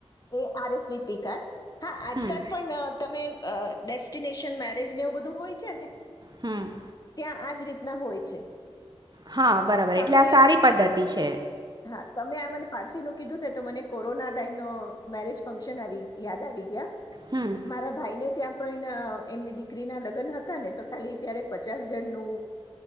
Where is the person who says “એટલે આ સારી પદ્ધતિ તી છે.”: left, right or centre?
Right